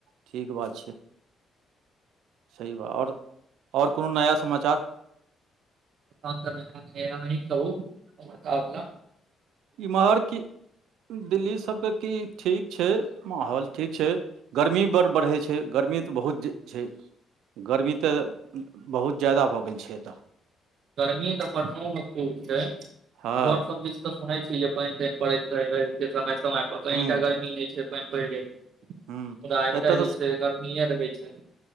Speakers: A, on the right; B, on the right.
A: ठीक बात छै सही बात और और कोनो नया समाचार
B: हम <unintelligible> कहू अपना
A: इम्हर की दिल्ली सबके की ठीक छै माहौल ठीक छै। गर्मी बड़ बढ़ै छै गर्मी तऽ बहुत ज छै गर्मी तऽ बहुत ज्यादा भऽ गेल छै एतय
B: गर्मी तऽ पटनो मे खुब छै घर
A: हँ
B: सब तऽ सुनै छी जे पानि तानि पड़ैत रहै समय समय पर
A: हूँ
B: अहींटा गर्मी नै छैय पानि पड़ि जाइ छै <unintelligible>
A: हूँ
B: मुदा एतय
A: एतऽ
B: जे
A: तऽ
B: छैय गर्मीए रहै छै